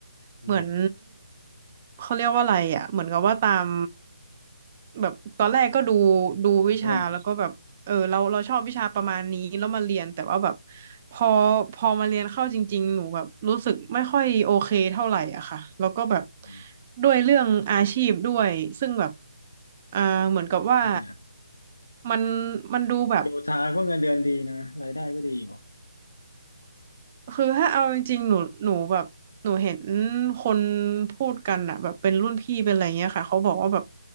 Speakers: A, on the left (about 80°); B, on the right (about 30°).
A: อืม
B: เหมือนเขาเรียกว่าอะไรอะเหมือนกับว่าตามแบบตอนแรกก็ดูดูวิชาแล้วก็แบบเออเราเราชอบวิชาประมาณนี้แล้วมาเรียนแต่ว่าแบบ
A: ถามเพื่อน
B: พอพอมาเรียนเข้าจริงๆหนูแบบรู้สึกไม่ค่อยโอเคเท่าไหร่อะค่ะแล้วก็แบบ
A: อืม
B: ด้วยเรื่องอาชีพด้วยซึ่งแบบอ่าเหมือนกับว่า
A: ทำไมอ่ะ
B: มันมันดูแบบ
A: โยธาก็เงินเดือนดีนะรายได้ก็ดีอยู่
B: คือถ้าเอาจริงๆ หนูหนูแบบหนูเห็นคนพูดกันอะแบบเป็นรุ่นพี่เป็นอะไรเงี้ยค่ะเขาบอกว่าแบบ